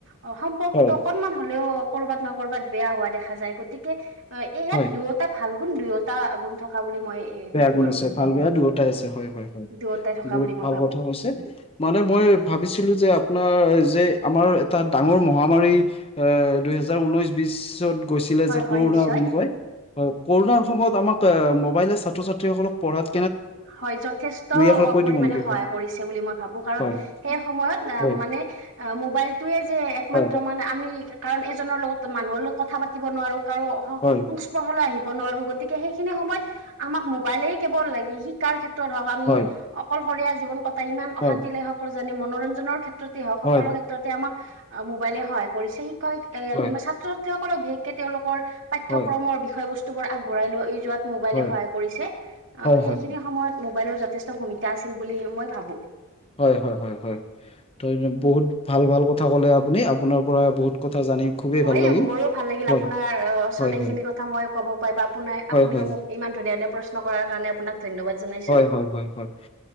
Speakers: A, on the right; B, on the left.
A: অ সম্পৰ্কটো
B: হয়
A: অকনমান হ'লেও ক'ৰবাত নহয় ক'ৰবাত বেয়া হোৱা দেখা যায় গতিকে ইয়াত
B: হয়
A: দুয়োটা ভাল গুণ দুয়োটা গুণ থকা বুলি। মই
B: বেয়া
A: ভাবো
B: গুণ
A: আৰু
B: আছে ভাল বেয়া দুয়োটাই আছে হয় হয় হয়।
A: দুয়োটাই থকা
B: বহুত
A: বুলি মই
B: ভাল
A: ভাবো
B: কথা কৈছে মানে মই ভাবিছিলো যে আপোনাৰ যে আমাৰ এটা ডাঙৰ মহামাৰী এ দুহেজাৰ ঊনৈশ বিশ ত গৈছিলে
A: হয়
B: যে,
A: হয়
B: কৰুণা
A: নিশ্চয়
B: বুলি কয়। হয় কৰুণাৰ সময়ত আমাক আমাক মো'বাইল চি ছাত্ৰ ছাত্ৰীসকলক পঢ়াত
A: হয় যথেষ্ট
B: দুই এষাৰ কৈ
A: পৰিমানে
B: দিব নেকি
A: সহায়
B: হয়
A: কৰিছে বুলি মই ভাবো কাৰণ
B: হয়
A: সেই সময়ত এ
B: হয়
A: মানে অহ মোবাইল তোৱে যে একমাত্ৰ
B: হয়
A: মানে আমি কাৰণ এজনৰ লগত মানুহৰ লগত কথা পাতিব নোৱাৰোঁ কাৰো সং
B: হয় হয় হয়
A: সংস্পৰ্শলৈ আহিব নোৱাৰোঁ গতিকে সেইখিনি সময়ত আমাক মোবাইলেই কেৱল শিকাৰ ক্ষেত্ৰ ত আমি
B: হয়
A: অকলশৰীয়া জীৱন কটাই ইমান অশান্তি
B: হয়
A: লাগে সকলো জানেই মনোৰঞ্জনৰ ক্ষেত্ৰত ক্ষেত্ৰতে হওঁক সকলো
B: হয়
A: ক্ষেত্ৰতে আমাক মোবাইলে সহায় কৰিছে শিক্ষ শি
B: হয়
A: ছাত্ৰ-ছাত্ৰী ছাএসকলক বিশেষকে তেওঁলোকৰ পাঠ্যক্ৰমৰ
B: হয়
A: বিষয় বস্তু বোৰ আগবঢ়াই লৈ যোৱাত মোবাইলে
B: হয়
A: সহায় কৰিছে।
B: হয়
A: অহ
B: হয়
A: সেই সময়ত মোবাইলৰ যথেষ্ট ভূমিকা আছিল বুলি মই ভাবো
B: হয় হয় হয় হয় ত বহুত ভাল ভাল কথা কলে আপুনি আপোনাৰ পৰা বহুত কথা জানি খুবেই
A: হয়
B: ভাল লাগিল
A: মোৰো ভাল লাগিল
B: হয়
A: আপোনাৰ ওচৰত
B: হয়
A: এইখিনি
B: হয়
A: কথা মই ক'ব পাৰি বা আপোনাৰ
B: হয়
A: আপুনিও
B: হয়
A: মোক ইমান ধুনীয়া ধুনীয়া প্ৰশ্ন কৰাৰ কাৰণে আপোনাক ধন্যবাদ জনাইছো
B: হয় হয় হয় হয়